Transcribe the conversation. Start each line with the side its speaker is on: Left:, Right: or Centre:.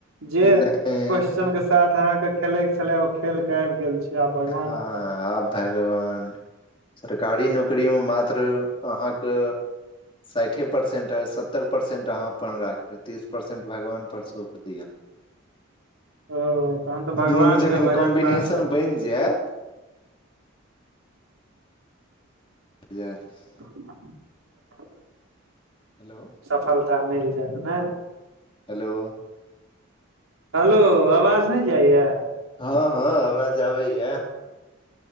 Right: जे
Left: नहि
Right: क्वेस्चनके साथ अहाँके खेलयके छलै ओ खेलके आबि गेल छी आ भगवानके
Left: हँ
Right: ब
Left: आब भगवान सरकारी नौकरीमे मात्र अहाँके साठि परसेंट आ सत्तर परसेंट अहाँ अपन राख तीस परसेंट भगवान पर सौप दिअ
Right: <inaudible> ओ तन तऽ भगवानके
Left: दुनू जखन
Right: भजन
Left: कॉम्बिनेशन
Right: पाठ सभ
Left: बनि
Right: <inaudible>
Left: जायत <unintelligible>
Right: <inaudible>
Left: हेलो
Right: सफलता मिल जाइत न
Left: हेलो
Right: हेलो आवाज नहि जाइए
Left: हँ हँ आवाज आबै या